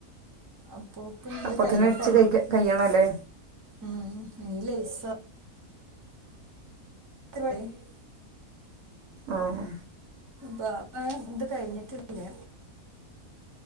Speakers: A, on the right; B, on the right.
A: അപ്പോക്കും ഇത്
B: അപ്പൊത്തിന്
A: കഴിയണ്ടേ
B: അടിച്ച് കഴി കയ്യണം അല്ലേ
A: ഉം എനി ലൈസ് <inaudible>
B: ആഹ്
A: ബാപ്പ ഇത് കഴിഞ്ഞിട്ടില്ലേ